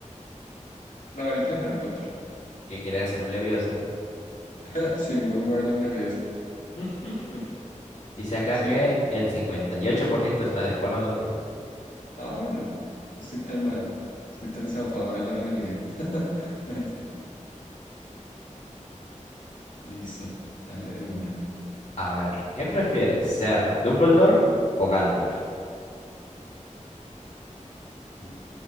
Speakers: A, on the left; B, on the left.
A: <laughs> La varita de Harry Potter.
B: ¿Qué quieres hacer un Leviosa?
A: <laughs> Sin buen guardo en la vida.
B: <laughs> Dice acá
A: Sí.
B: que el 58% está de acuerdo contigo.
A: Ah, bueno, no estoy tan mal. Estoy tan zafado de la realidad. <laughs> Mentira. Listo, dale de una.
B: A ver, ¿qué prefieres? ¿Ser Dumbledore o Gandalf?
A: Mm.